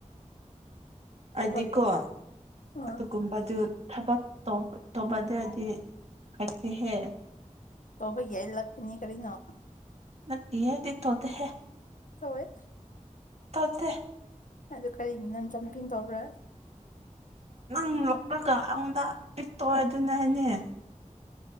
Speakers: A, on the left; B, on the right.
A: ꯊꯕꯛ
B: ꯑꯗꯤꯀꯣ
A: ꯑꯥ
B: ꯑꯗꯨꯒꯨꯝꯕꯗꯨ ꯊꯕꯛ ꯇꯧꯕꯗꯗꯤ ꯍꯥꯏꯛꯇꯦꯍꯦ
A: ꯇꯧꯕ ꯌꯥꯏ ꯂꯥꯛꯄꯅꯤ ꯀꯔꯤꯅꯣ
B: ꯅꯠꯇꯍ° ꯑꯩꯗꯤ ꯇꯣꯗꯍꯦ
A: ꯇꯧꯑ°
B: ꯇꯧꯗꯦ
A: ꯑꯗꯨ ꯀꯔꯤꯒꯤ ꯅꯪ ꯖꯝꯄꯤꯡ ꯇꯧꯕ꯭ꯔꯥ
B: ꯅꯪ ꯅꯨꯄꯥꯒ ꯑꯩꯉꫭꯟꯗꯥ ꯄꯤꯛꯇꯧꯑ° ꯑꯗꯨꯅꯦ ꯍꯥꯏꯅꯦ